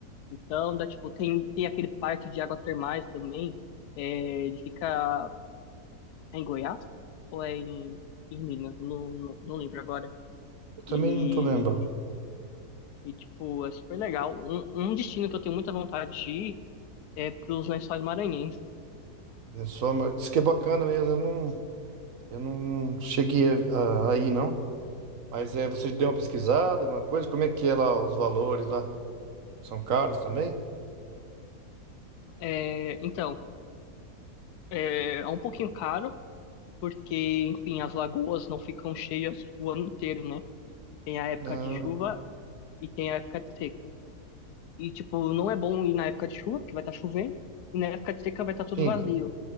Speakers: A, on the left; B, on the right.
A: Então, dá, tipo, tem, tem aquele parque de água termais também. É, ele fica é em Goiás ou é em, em Minas? Não, não, não lembro agora.
B: Eu também
A: E,
B: não tô lembrando.
A: e, tipo, é super legal. Um, um destino que eu tenho muita vontade de ir é pros Lençóis Maranhenses.
B: É só, mas diz que é bacana mesmo. Eu não, eu não cheguei a, a, a ir, não. Mas é, você deu uma pesquisada, alguma coisa? Como é que é lá os valores lá? São caros também?
A: É, então, é, é um pouquinho caro, porque, enfim, as lagoas não ficam cheias o ano inteiro, né? Tem a época
B: Ah,
A: de chuva e tem a época de seca. E, tipo, não é bom ir na época de chuva, porque vai estar chovendo, e na época de seca vai estar tudo
B: sim.
A: vazio.